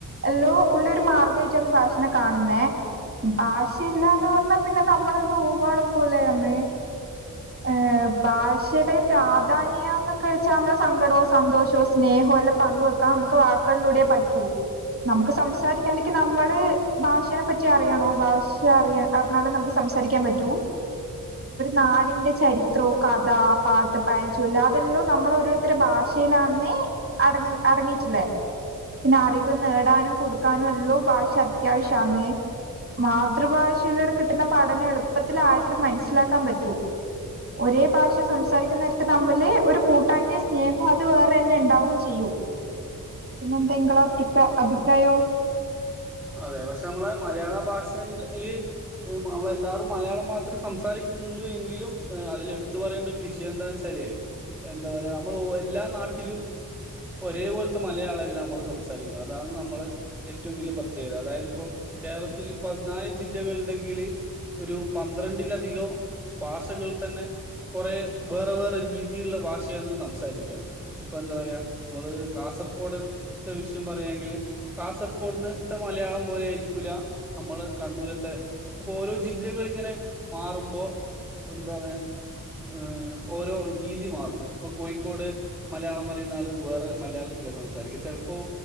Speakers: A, on the right; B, in the centre.
A: എല്ലോ ഉള്ളരു മാർഗ്ഗമായിട്ട ഭാഷനെകാണ് കാണുന്നേ ഭാഷയില്ലന്ന് പറഞ്ഞ പിന്നെ നമ്മളന്ന ഊമാള പോലെന്ന് ആഹ ഭാഷയുടെ പ്രാധാന്യന്നൊക്കെ വെച്ചാൽ നമ്മളെ സങ്കടവുംോ സന്തോഷവും സ്നേഹവും എല്ലാം പങ്കക് വെക്ക ക്ക നമുക്ക് വാക്കളിലൂടെ പറ്റൂ നമുക്ക് സംസാരിക്കാണ്ടരിക്ക നമ്മള് ഭാഷേനെ പറ്റി അറിയണോ ഭാഷ അറിയ അറിഞ്ഞാാലേ നമുക്ക് സംസാരിക്കാൻ പറ്റൂ നാടി ചരിത്രം കഥ പാട്ട് പയഞ്ചൊല്ല അതെല്ലാം നമ്മള രോരുത്തരു ഭാഷയിലാന്ന അട അടങ്ങിയിട്ടില്ലേ പിന്നെ അറിവ് നേടാനും കൊടുക്കാനും എല്ലോ ഭാഷ അത്യാവശ്യന്ന് മാതൃഭാഷയിലൂടെ കിട്ടുന്ന പഠനം എളുപ്പത്തിലും ആയത്തിലും മനസ്സിലാക്കാൻ പറ്റൂ. ഒരേ ഭാഷ സംസാരിക്കുന്നവർക്ക് തമ്മില് ഒരു കൂട്ടായ്മയും സ്നേഹവും അത് വേറെ തന്നെ ഉണ്ടാവുകയും ചെയ്യും പിന്നെന്താ ഇങ്ങള <unintelligible> അഭിപ്രായോ
B: അതെ പക്ഷെ നമ്മള മലയാള ഭാഷേന്റെ <unintelligible> മ്ഹ് മമ്മളെല്ലാവരും മലയാളം മാത്രേ സംസാരിക്കുന്നുള്ളൂ എങ്കിലും അതില് എടുത്തു പറയേണ്ട ഒരു വിഷയം എന്താവെച്ചാ <unintelligible> എന്താ പറയാ നമ്മള് ഒ എല്ലാ നാട്ടിലും ഒരേ പോലത്ത മലയാളം അല്ല അമ്മള് സംസാരിക്കുന്നത് അതാണ് നമ്മള് ഏറ്റവും വല്യ പ്രത്യേകത. അതായത് ഇപ്പോ കേരളത്തില് പതിനാല് ജില്ലകള് ഇണ്ടെങ്കില് ഒരു പന്ത്രണ്ടിലധികം ഭാഷകൾ തന്നെ കൊറെ വേറെ വേറെ രീതിയുള്ള ഭാഷയാന്ന് സംസാരിക്കാ. ഇപ്പൊ എന്താ പറയാ അമ്മള് കാസർഗോട് ത്തെ വിഷയം പറയാങ്കില് കാസർഗോഡ്ന്ന് ത്തെ മലയാളം പോലെ ആയിരിക്കൂല നമ്മള് കണ്ണൂരത്തെ അപ്പൊ ഓരോ ജില്ലകളിങ്ങനെ മാറുമ്പോ എന്താന്ന് ഏഹ് ഓരോ രീതി മാറും. ഇപ്പൊ കോയിക്കോട് മലയാളം പറയുന്ന ആള് വേറെ മലയാളത്തില് <unintelligible> സംസാരിക്ക ചെലപ്പോ